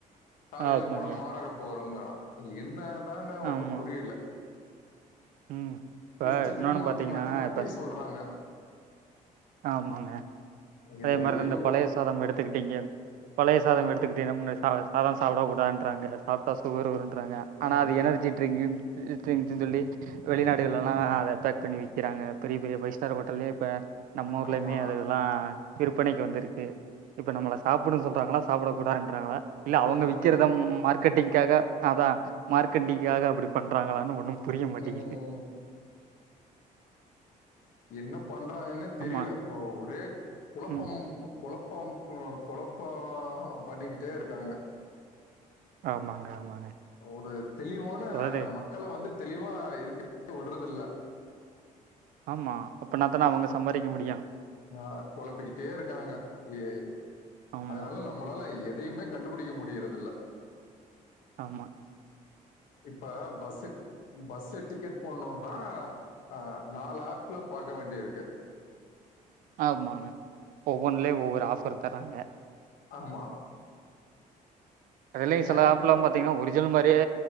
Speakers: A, on the left; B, on the right.
A: காலையில
B: ஆமாங்க
A: போனா மாறாடப்பு வருங்கறா என்னதானு ஒன்னும்
B: ஆமாம்
A: புரியல
B: ம் இப்போ
A: இஷ்டத்துக்கு
B: இன்னொன்று
A: மாத்தி
B: பார்த்தீங்கன்னா
A: மாத்தி மாத்தி
B: இப்போ
A: சொல்றாங்க
B: ஆமாங்க
A: இது
B: அதே மாரின்ந்த
A: எது ஒ
B: பலய சாதம் எடுத்துக்கிட்டீங்க பலய சாதம்
A: ஆமா
B: எடுத்துக் தெனமு இந்த சா சாதம் சாப்ட கூடான்றாங்க சாப்டா சுகர் வருன்றாங்க ஆனா
A: ஆ
B: அது எனர்ஜி ட்ரிங்க்னு ட்ரிங்ஸ்ஸுனு சொல்லி வெளிநாடுகள்ல்லா அத பேக் பண்ணி விக்கிறாங்க பெரிய பெரிய ஃபைவ் ஸ்டார் ஹோட்டல்லயு இப்ப நம்ம ஊர்லையுமே
A: ஆமா
B: அதெல்லா விற்பனைக்கு வந்திருக்கு இப்போ நம்மள சாப்டுனு சொல்றாங்களா சாப்படக்கூடாது றாங்களா இல்ல
A: அது
B: அவுங்க
A: நம்மளுக்கே
B: விக்கிறதம் மார்க் மார்கெட்டிங்காக அதா மார்க்கெட்டிங்க்காக அப்டி பண்றாங்களானு ஒண்ணு புரிய மாட்டேங்கிது
A: ம் ம் என்ன பண்றாங்கன்னு தெரில
B: ஆமாம்
A: இப்ப ஒரே குழப்பம்
B: ம்
A: கொழப்பம் போ கொழப்போம் பண்ணிக்கிட்டே இருக்காங்க
B: ஆமாங்க ஆமாங்க
A: ஒரு தெளிவான
B: அதாவது
A: மக்கள வந்து தெளிவா இருக்க விடுறதில்ல
B: ஆமா அப்னாத்தானா அவுங்க சம்பாரிக்க முடியு
A: ஆ கொலப்பிக்கிட்டே இருக்காங்க ஏ
B: ஆமாம்
A: அதனால நம்பளால எதயுமே கண்டுபுடிக்க முடியறது இல்ல
B: ஆமா
A: இப்ப பஸ்ஸுக் பஸ்ல டிக்கெட் போடுணோன்னா ஆ நாலு ஆப்ல பாக்க வேண்டியிருக்கு
B: ஆமாங்க ஒவ்வொன்லே ஒவ்வொரு ஆஃபர் தர்ராங்க
A: ஆமா
B: அதுலயே
A: நேரா
B: செல ஆப்லா
A: போ
B: பாத்தீங்கனா ஒரிஜினல் மாரியே